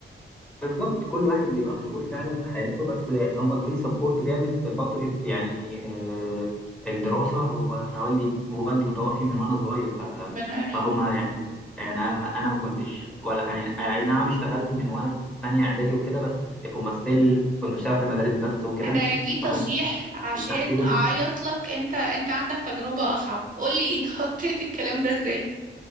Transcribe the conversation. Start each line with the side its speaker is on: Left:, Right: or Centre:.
Centre: بالظبط كل واحد بيبقى مشغول فعلا في حياته بس يعني هم ادوني سبورت جامد في فترة يعني آه، الدراسة هو أنا والدي والدي متوفي من وأنا صغير ف
Right: ربنا يرحمه
Centre: فهم يعني يعني أنا ما أنا ما كنتش ولا يعني أي أي نعم اشتغلت من وأنا في تانية إعدادي وكده بس هم ستيل كنت بشتغل في المدارس بس وكده
Right: انا جيت
Centre: فهم
Right: اصيح عشان
Centre: بيساعدوني
Right: اعيط لك انت انت عندك تجربة اصعب قولي <laughs> خطيت الكلام ده ازاي